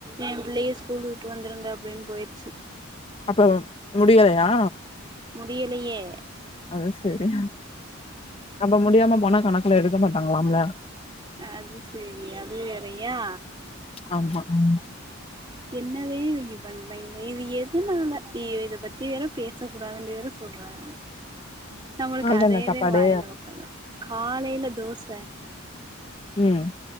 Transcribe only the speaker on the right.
எ பிள்ளைய ஸ்கூல் விட்டு வந்துருங்க அப்டின் போயிருச்சு
முடியலையே
அது சேரி அது வேறையா
என்னதே இவங்கெ பண்றாங்கெனே இது எதுனால ஐயோ இத பத்தி வேற பேசக்கூடாதுன்ட்டு வேற சொல்றாங்க நம்மளுக்கு
அதேதே
வாயில வரு காலைல தோச